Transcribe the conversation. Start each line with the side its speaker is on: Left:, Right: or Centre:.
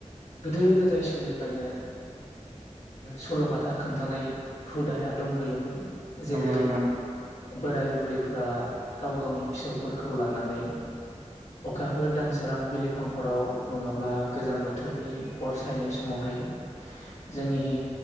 Left: गोदो जाय समनिफ्रायनो सल'बाथा खोन्थानाय हुदाया दंबोयोमोन जेरै
Right: नंगौ नोंथां नंगौ
Left: बोराय बुरैफोरा गाव गावनि फिसौफोरखौ लानानै अखाफोर दानसोरां बिलिफां हराव नङाब्ला गोजां बोथोरनि अर सेर फोथायनाय समावहाय जोंनि